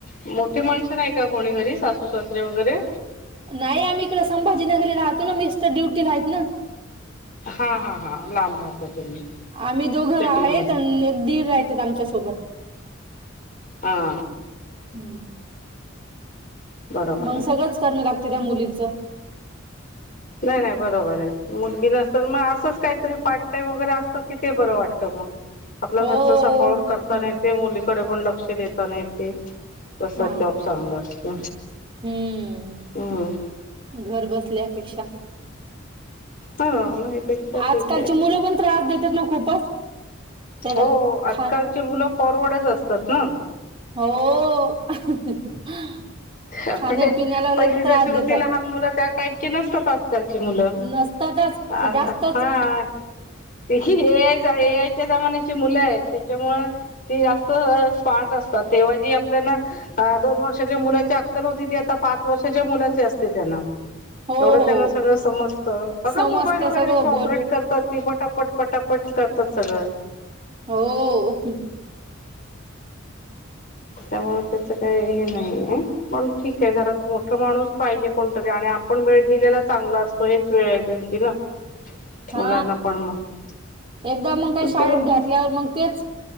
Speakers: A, on the left (about 45°); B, on the right (about 25°).
A: मोठी माणसं नाही का कोणी घरी सासू सासरे वगैरे
B: नाही आम्ही इकड संभाजीनगर राहतो ना मिस्टर ड्युटी आहेत ना.
A: हा हा हा लांब राहता तुम्ही.
B: आम्ही दोघर
A: सिटी
B: आहेत
A: मध्ये
B: आणि एक दीर राहत आमच्या सोबत.
A: हा.
B: हम्म.
A: बरोबर
B: मग
A: आहे
B: सगळंच करणं लागत त्या मुलीच
A: नाही नाही बरोबर आहे. मुलगी नसत मग असंच काहीतरी पाठ वगरे असत की ते बर वाटत मग आपलं
B: हो
A: घरचं सांभाळून करताना
B: हं,
A: येते मुलीकडे पण लक्ष देताना येते. तसाच
B: हां.
A: जॉब चांगला असतो
B: हम्म.
A: हम्म.
B: घर बसल्यापेक्षा
A: हा नाहीपेक्षा
B: आजकालची
A: ठीक आहे
B: मुलं पण त्रास देतात ना खूपच त्याचा
A: हो
B: खा
A: आजकालची मुलं फॉरवर्डच असतात ना.
B: हो.
A: म्हणजे
B: खाण्यापिण्याला लई
A: पहिली जशी
B: त्रास
A: होती
B: देतात.
A: लहान मुलं त्या टाईपची नसतात आजकालची मुलं.
B: नसतातच
A: अ
B: ते जास्तच
A: हाच <unintelligible> या जमान्याची मुलं आहेत त्याच्यामुळे ती जास्त स्मार्ट असतात तेव्हा जी आपल्याला अ दोन वर्षाच्या मुलाची अक्कल होती ती आता पाच वर्षाच्या मुलाची असते त्यांना
B: हो,
A: एवढं
B: हो.
A: त्यांना सगळं समजतं बघा
B: समजते
A: मोबाईल वगैरे
B: सगळं
A: कशी ऑपरेट
B: बोल
A: करतात. ती पटापट पटापट करतात सगळं.
B: हो.
A: त्यामुळे त्याच काही हे नाहीे पण ठीक आहे घरात मोठ मोठ माणूस पाहिजे कोणतरी आणि आपण वेळ दिलेला चांगला असतो, हेच वेळ आहे त्यांची ना
B: हा.
A: मुलांना पण मग
B: एकदा मग काही शाळेत
A: पोर
B: घातल्यावर मग तेच